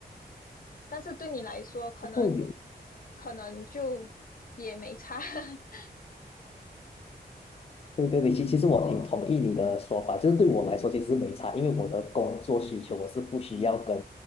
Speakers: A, on the left (about 55°); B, on the left (about 35°).
A: 但是对你来说，可能
B: 不过有
A: 可能就也没差。<laughs>
B: 对对对，其其实我挺同意你的说法，就是对我来说其实是没差，因为我的工作需求我是不需要跟